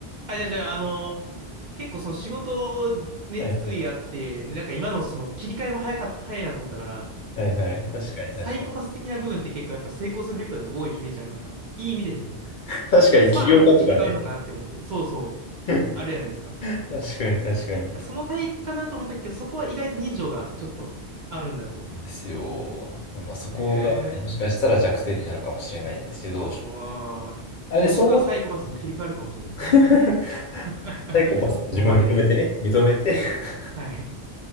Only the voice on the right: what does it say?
あ、じゃあ、じゃあ、あの、結構その仕事熱意あって、
で、なんか今のその切り替えも早かった、早いなと思ったから、
なんかもう、
サイコパス的な部分って結構やっぱ成功する人に多いイメージあるから、いい意味でですね、
スパーンと切り替わるのかなって思って、そうそう、
あるじゃないですか。
そのタイプかなと思ったけど、そこは意外と人情がちょっとあるんだと。
へえ、
ああ、
もしくはサイコパスに切り替わるかもしれないですね。
<laughs>
揉まれて。
はい。